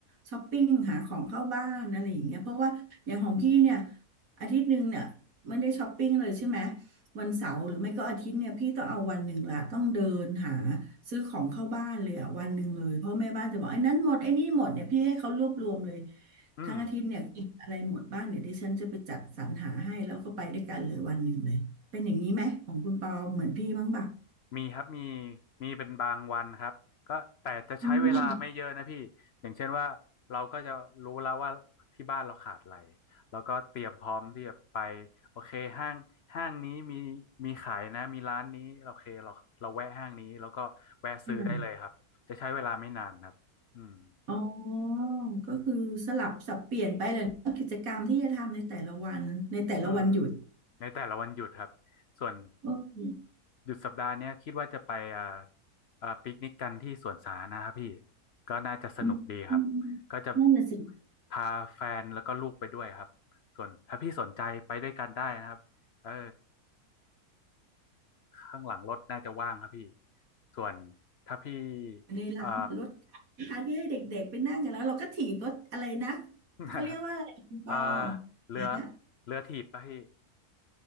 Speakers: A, on the right; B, on the left.
A: ช้อปปิ้งหาของเข้าบ้านอะไรอย่างเงี้ยเพราะว่าอย่างของพี่เนี่ยอาทิตย์หนึ่งเนี่ยไม่ได้ช้อปปิ้งเลยใช่ไหมวันเสาร์หรือไม่ก็อาทิตย์เนี่ยพี่ต้องเอาวันหนึ่งละต้องเดินหาซื้อของเข้าบ้านเลยอะวันหนึ่งเลยเพราะแม่บ้านจะบอกไอ้นั้นหมดไอ้นี่หมดเนี่ยพี่ให้เขารวบรวมเลย
B: อืม
A: ทั้งอาทิตย์เนี่ยกินอะไรหมดบ้างเดี๋ยวดิฉันจะไปจัดสรรหาให้แล้วก็ไปด้วยกันเลยวันหนึ่งเลย เป็นอย่างนี้ไหมของคุณปอเหมือนพี่บ้างป่ะ
B: มีครับมีมีเป็นบางวันครับก็แต่จะใช้เวลาไม่เยอะนะพี่อย่างเช่นว่าเราก็จะรู้แล้วว่าที่บ้านเราขาดอะไร
A: อืม
B: แล้วก็เตรียมพร้อมที่จะไปโอเคห้างห้างนี้มีมีขายนะมีร้านนี้โอเคเราเราแวะห้างนี้แล้วก็แวะซื้อได้เลยครับจะใช้เวลาไม่นานครับอืม
A: ออ๋อ ก็คือสลับสับเปลี่ยนไปเลยนะกิจกรรมที่จะทำในแต่ละวันในแต่ละวันหยุด
B: อืมในแต่ละวันหยุดครับส่วน
A: โอเค
B: หยุดสัปดาห์เนี้ยคิดว่าจะไปเอ่อเอ่อปิกนิกกันที่สวนสาธารณะครับพี่ก็น่าจะสนุกดีครับก็จะ
A: อืมอืมนั่นน่ะสิ
B: พาแฟนแล้วก็ลูกไปด้วยครับส่วนถ้าพี่สนใจไปด้วยกันได้นะครับเออข้างหลังรถน่าจะว่างครับพี่ส่วนถ้าพี่
A: อยู่ในร้านรถ
B: เอ่อ
A: คาที่ให้เด็กๆไปนั่งกันแล้วเราก็ถีบรถอะไรนะ
B: <laughs>
A: เขาเรียกว่าอะไรคุณปอ
B: เอ่อเรือ
A: <laughs>
B: เรือถีบป่ะพี่